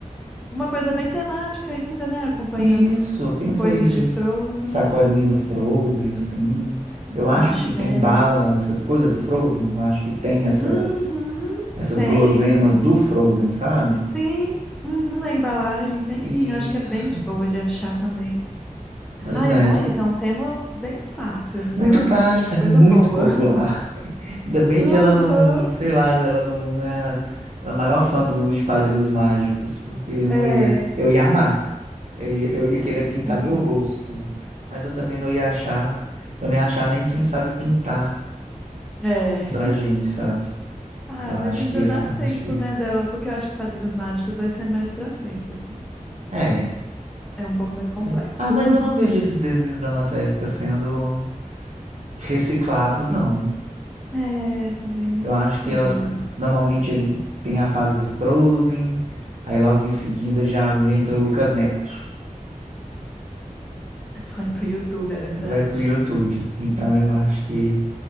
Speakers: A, in the centre; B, on the right.
A: uma coisa bem temática ainda, né? Acompanhando
B: isso,
A: f-
B: eu pensei
A: coisas
B: de
A: de Frozen,
B: sacolinha do Frozen, assim. Eu
A: os
B: acho
A: marshmallows.
B: que tem bala, essas coisas do Frozen, eu acho que tem essas,
A: Uhum,
B: essas
A: tem.
B: guloseimas do Frozen, sabe?
A: Sim, uhum, na embalagem tem
B: Isso,
A: sim. Eu acho que é bem de boa de achar também.
B: pois
A: Ah,
B: é.
A: e o bom é isso, é um tema bem fácil, assim.
B: Muito
A: Ela
B: fácil,
A: gosta de uma
B: é
A: coisa
B: muito
A: boa.
B: popular.
A: <laughs>
B: Ainda bem que
A: Aham,
B: ela não, sei lá, ela não é a, a maior fã do mundo de Padrinhos Mágicos, porque eu não
A: é,
B: ia, eu ia amar. Eu ia, eu ia querer
A: sim,
B: pintar meu rosto, mas eu também não ia achar, eu nem ia achar nem quem sabe pintar
A: é.
B: pra gente, sabe?
A: Ah,
B: Eu acho
A: mas ainda
B: que ia
A: dá
B: ficar mais
A: tempo,
B: difícil.
A: né, dela, porque eu acho que Padrinhos Mágicos vai ser mais pra frente, assim.
B: É,
A: É um pouco mais complexo.
B: sim. Ah, mas eu não vejo
A: <laughs>
B: esses desenhos da nossa época sendo reciclados, não.
A: É, também não
B: Eu acho
A: sei.
B: que elas, normalmente ele tem a fase do Frozen, aí logo em seguida já entra o Lucas Neto.
A: Vai pro YouTube, é verdade.
B: vai pro YouTube. Então eu acho que